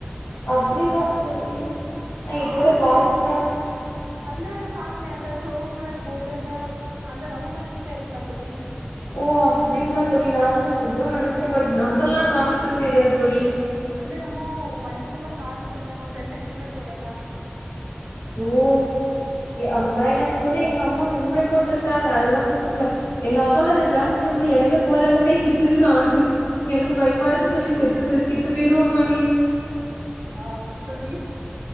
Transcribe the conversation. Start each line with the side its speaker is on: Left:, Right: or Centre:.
Left: அப்டியா தோழி நா இதுவர
Right: ஆமா
Left: பாக்லங்
Right: தோழி அதுல பாக்கலையா அந்த சோப்பு கலர் போர்டுந்த அந்த ரவுண்டானா கிட்ட இருக்குல தோழி
Left: ஓ அப்டிங்களா தோழி நா வந்து எதுவு நெனச்ச பட் நம்பர்லா காமிக்குன்னு தெரியாது தோழி
Right: அதுல நம்மோ வண்டி நம்பர் காட்டுது நம்ம ஃப்ரெண்ட் ஹெல்மெட் போடட்டா
Left: ஓ அம்மா என்னாச்சு தோழி எங்க அம்மா ஹெல்மெட் போட்டுருக்காங்க அதெல்லா பிரச்சன இல்ல எங்க அம்மாக்கு அது டிராஃபிக் ஜாம்ல எடையில போறாங்க கை கிடுக்கிடுன்னு ஆடுது எனக்கு பயமா இருக்கு தோழி செத்து செ கித்து போயிருவோமேனு
Right: பாத்து தோழி